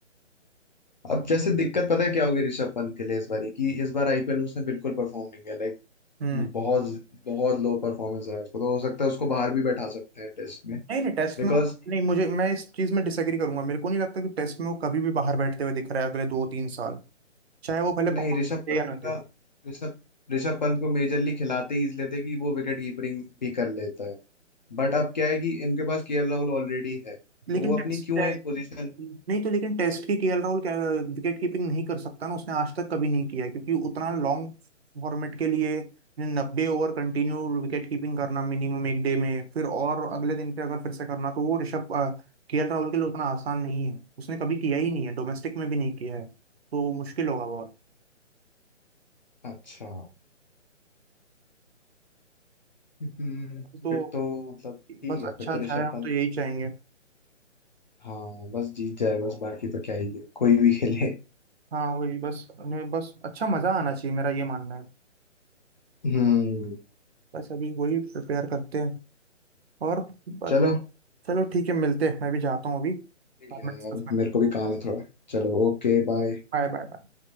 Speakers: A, on the left; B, on the right.
A: अब जैसे दिक्कत पता है क्या होगी ऋषभ पंत के लिए इस बार कि इस बार आईपीएल में उसने बिल्कुल परफॉर्म नहीं किया लाइक
B: ना
A: बहुत बहुत लो परफॉर्मेंस है उसको तो हो सकता है उसको बाहर भी बैठा सकते हैं टेस्ट में
B: नहीं नहीं टेस्ट
A: बिकॉज
B: में वो नहीं मुझे मैं इस चीज में डिसएग्री करूंगा मेरे को नहीं लगता कि टेस्ट में वो कभी भी बाहर बैठते हुए दिख रहा है अगले दो तीन साल चाहे वो भले परफॉर्मेंस
A: नहीं ऋषभ
B: दे
A: पंत
B: या ना
A: का
B: दे
A: ऋषभ ऋषभ पंत को मेजरली खिलाते ही इसलिए थे कि वो विकेट कीपिंग भी कर लेता है बट अब क्या है कि इनके पास केएल राहुल ऑलरेडी है तो
B: लेकिन
A: वो
B: टेस्ट
A: अपनी क्यों
B: टेस्ट
A: एक पोजीशन
B: नहीं तो लेकिन टेस्ट की केएल राहुल क्या विकेट कीपिंग नहीं कर सकता ना उसने आज तक कभी नहीं किया है, क्योंकि उतना लॉन्ग फॉर्मेट के लिए नब्बे ओवर कंटिन्यू विकेट कीपिंग करना मिनिमम एक डे में फिर और अगले दिन पे अगर फिर से करना तो वो ऋषभ केएल राहुल के लिए उतना आसान नहीं है उसने कभी किया ही नहीं है डोमेस्टिक में भी नहीं किया है तो मुश्किल होगा बहुत
A: अच्छा हम्म,
B: तो
A: फिर तो मतलब ठीक
B: बस
A: है
B: अच्छा
A: फिर तो
B: जाए
A: ऋषभ
B: हम
A: पंत
B: तो यही चाहेंगे
A: हाँ बस जीत जाए बस बाकी तो क्या ही है कोई भी खेले
B: हाँ वही बस उन्हें बस अच्छा मजा आना चाहिए मेरा ये मानना है
A: हम्म
B: बस अभी वही प्रिपेयर करते हैं और बस-
A: चलो
B: चलो ठीक है मिलते हैं मैं भी जाता हूँ अभी
A: ठीक
B: बाद में
A: है
B: डिस्कस
A: यार
B: करते
A: मेरे को भी काम है थोड़ा चलो
B: हैं
A: ओके बाय
B: Bye bye bye.